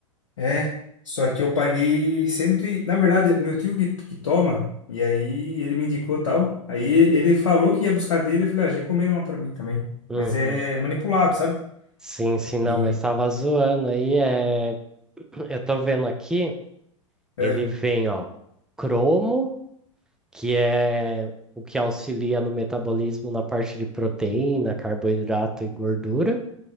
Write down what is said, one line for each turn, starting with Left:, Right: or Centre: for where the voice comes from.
Left: É, só que eu paguei cento e... Na verdade, o meu tio que, que toma, e aí ele me indicou tal. Aí ele falou que ia buscar dele, eu falei, ah, já encomenda uma pra mim também.
Centre: Uhum.
Left: Mas é manipulado, sabe?
Centre: Sim, sim, não,
Left: E...
Centre: mas tava zoando aí. É Eu tô vendo aqui,
Left: É.
Centre: ele vem, ó, cromo, que é o que auxilia no metabolismo na parte de proteína, carboidrato e gordura.